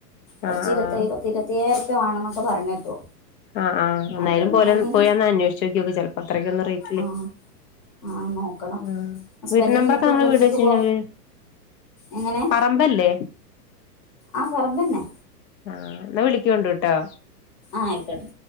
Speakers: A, on the left; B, on the left.
A: കുറച്ച്
B: ആഹ്
A: ഇരുപ പത്ത് ഇരുപത്തിയേ യേഴ് റുപ്പിയെ വേണോ എന്നൊക്കെ പറയുന്ന കേട്ടു.
B: ആഹ് ആഹ് എന്നായാലും
A: അപ്പൊ പിന്നെ
B: പോലെ
A: ഇനി
B: പോയൊന്ന് അന്വേഷിച്ച് നോക്കി നോക്ക് ചെലപ്പോ അത്രയ്ക്കൊന്നും റൈറ്റ്.
A: ആഹ് ആഹ് നോക്കണം
B: ആഹ്
A: ഹസ്ബന്റിന്
B: വീട്ട് നമ്പറൊക്കെ
A: ഇപ്പൊ
B: നമ്മള്
A: ഗൾഫിക്ക്
B: വീട് വെച്ച് കഴിഞ്ഞാ
A: പോ
B: അവര്
A: എങ്ങനെ
B: പറമ്പല്ലേ.
A: ആഹ് പറമ്പ് തന്നെ.
B: ആഹ് എന്നാ വിളിക്കോണ്ടുട്ടോ.
A: ആയിക്കോട്ടെ.